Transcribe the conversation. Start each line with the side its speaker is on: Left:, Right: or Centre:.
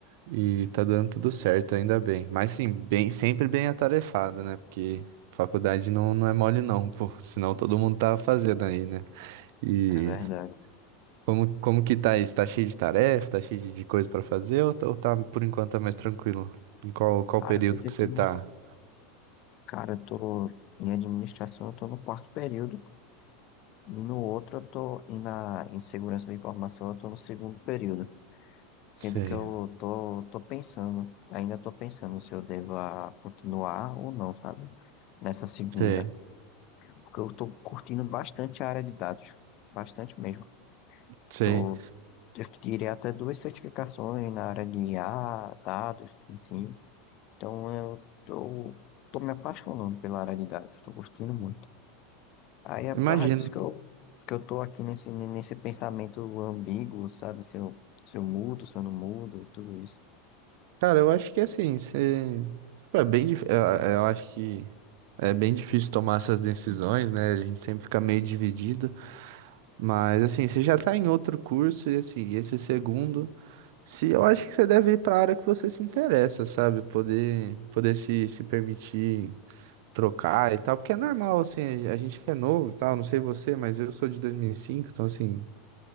Right: e tá dando tudo certo, ainda bem. Mas sim, bem, sempre bem atarefado, né? Porque faculdade não, não é mole não, pô, senão todo mundo tá fazendo aí, né? E
Left: É verdade.
Right: como, como que tá isso? Tá cheio de tarefa, tá cheio de, de coisa pra fazer ou, tá- ou tá, por enquanto, tá mais tranquilo? Em qual, qual
Left: Cara,
Right: período
Left: eu tô tentando.
Right: que você tá?
Left: Cara, eu tô em administração, eu tô no quarto período, e no outro eu tô, e na, em segurança da informação, eu tô no segundo período. Sendo
Right: Sei,
Left: que eu tô, tô pensando, ainda tô pensando se eu devo a continuar ou não, sabe? Nessa segunda.
Right: sei,
Left: Porque eu tô curtindo bastante a área de dados. Bastante mesmo.
Right: sei.
Left: Tô, eu tirei até duas certificações na área de I a dados, assim. Então eu tô, tô me apaixonando pela área de dados. Tô curtindo muito. Aí é por
Right: Imagino,
Left: causa disso que eu, que eu tô aqui nesse, nesse pensamento ambíguo, sabe? Se eu, se eu mudo, se eu não mudo e tudo isso.
Right: Cara, eu acho que assim, você... tipo, é bem dif... eu eu acho que é bem difícil tomar essas decisões, né? A gente sempre fica meio dividido, mas assim, você já tá em outro curso e assim, esse segundo, se eu acho que você deve ir para a área que você se interessa, sabe? Poder poder se, se permitir trocar e tal, porque é normal assim, a gente é novo e tal, não sei você, mas eu sou de 2005, então assim,